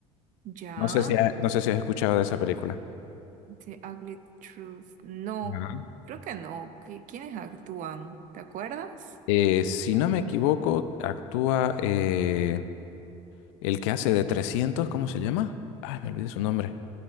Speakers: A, on the right; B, on the left.
A: ya.
B: No sé si ha- no sé si has escuchado de esa película.
A: The Ugly Truth. No,
B: Ajá.
A: creo que no. ¿Qui- ¿Quiénes actúan? ¿Te acuerdas?
B: Eh, si no me equivoco, actúa eh, el que hace de 300, ¿cómo se llama? Ay, me olvidé su nombre.